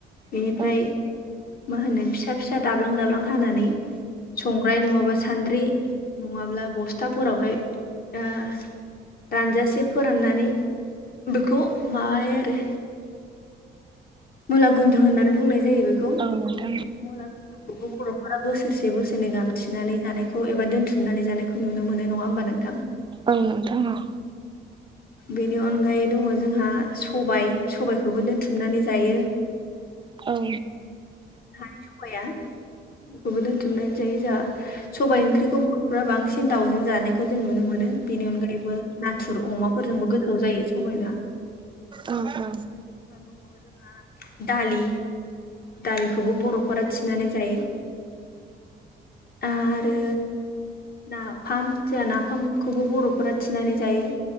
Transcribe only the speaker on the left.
बेनिफ्राय
मा होनो फिसा फिसा दाब्लां दाब्लां हानानै संग्राय नङाबा सान्द्रि नङाब्ला बस्थाफोरावहाय ओ रानजासे फोराननानै बेखौ माबायो आरो। मुला गुन्द्रु होननानै बुंनाय जायो बेखौ
मला जोंखौबो बर'फोरा बोसोरसे बोसोरनै गामथिनानै जानायखौ एबा दोनथुमनानै जानायखौ नुनो मोनो नंङा होमबा नों थां
बेनि अनगायै दंङ जोंहा सबाय सबायाइखौबो दोनथुम हुमनानै जायो।
हानि सबाया बेखौबो दोनथुमनानै जायो जोंहा सबायाइ ओंख्रिखौ बर'फ्रा बांसिन दाउजों जानायखौ जों नुनो मोनो बेनि अनगायैबो नाथुर अमाफोरजोंबो गोथाव जायो सबाइबा
ओमफ्राय बेनि उनाव दंबावो जोंहा दालि दालिखौबो बर'फोरा थिनानै जायो आरो नाफाम जोंहा नाफामखौबो बर'फोरा थिनानै जायो।